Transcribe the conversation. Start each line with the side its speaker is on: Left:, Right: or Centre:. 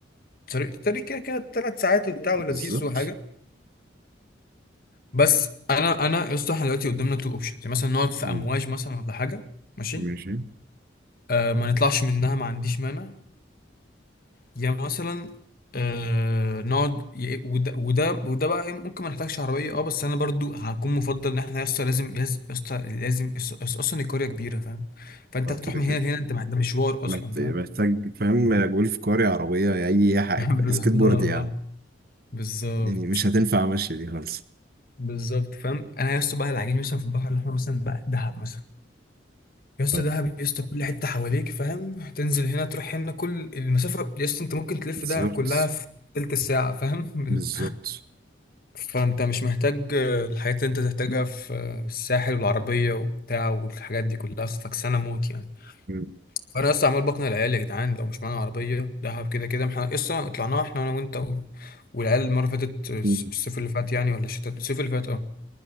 Left: طريق طريق كده كده ثلاث ساعات وبتاع
Right: بالظبط
Left: ولذيذ وحاجة بس انا انا يا اسطى احنا دلوقتي قدامنا تو اوبشنز مثلا نقعد في
Right: مم.
Left: امواج مثلا ولا حاجة ماشي
Right: ماشي
Left: آه ما نطلعش منها ما عنديش مانع يعني مثلا آه نقعد ي- وده وده وده بقى إيه، ممكن ما نحتاجش عربيه اه بس انا برضو هكون مفضل ان احنا يا اسطى لازم يا اسطى لازم يس- يس- اصلا القريه كبيره فاهم فانت
Right: اه
Left: هتروح
Right: كده
Left: من
Right: كده
Left: هنا لهنا انت ده مشوار
Right: محت-
Left: اصلا فاهم
Right: محتاج فاهم جولف كاري عربية أي حاجة
Left: <laughs> بالظبط
Right: سكيت بورد يا عم
Left: بالظبط
Right: يعني مش هتنفع مشي دي خالص
Left: بالظبط فاهم انا يا اسطى بقى العجين مثلا في البحر الاحمر مثلا بقى دهب مثلا يا اسطى
Right: آه.
Left: دهب يا اسطى كل حته حواليك فاهم تنزل هنا تروح هنا كل المسافه يا اسطى انت ممكن تلف
Right: بالظبط
Left: دهب كلها في تلت ساعه فاهم <laughs>
Right: بالظبط
Left: فانت مش محتاج آه، الحاجات اللي انت تحتاجها في آه، الساحل والعربية وبتاع والحاجات دي كلها فكسانة موت يعني
Right: مم.
Left: فانا لسه عمال بقنع العيال يا جدعان لو مش معانا عربية دهب كده كده احنا لسه طلعناها احنا انا وانت و- والعيال المرة اللي فاتت آه، الصيف
Right: مم.
Left: اللي فات يعني ولا الشتاء الصيف اللي فات اه